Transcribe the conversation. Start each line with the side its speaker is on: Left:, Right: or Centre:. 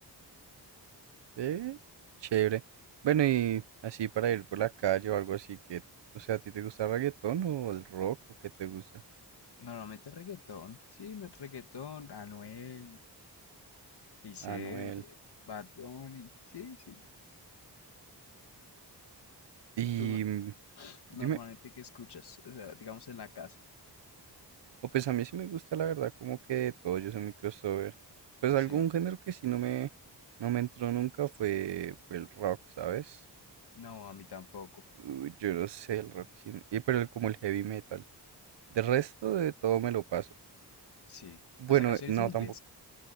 Right: Ve, chévere. Bueno, y así para ir por la calle o algo así que, o sea, ¿a ti te gusta el reggaetón o el rock o qué te gusta?
Left: Normalmente reggaetón. Sí, no- reggaetón, Anuel, Cris
Right: Anuel.
Left: Bad Bunny. Sí, sí.
Right: Y
Left: ¿Y tú no-
Right: mm,
Left: normalmente
Right: dime,
Left: qué escuchas? O sea, digamos en la casa.
Right: o pues a mí sí me gusta la verdad, como que de todo, yo soy mi crossover. Pues
Left: Sí.
Right: algún género que sí no me no me entró nunca fue fue el rock, ¿sabes?
Left: No, a mí tampoco.
Right: Uy, yo no sé el rock, sí, y pero el- como el heavy metal. De resto de todo me lo paso.
Left: Sí.
Right: Bueno,
Left: ¿Hasta canciones
Right: no
Left: en inglés?
Right: tampoco.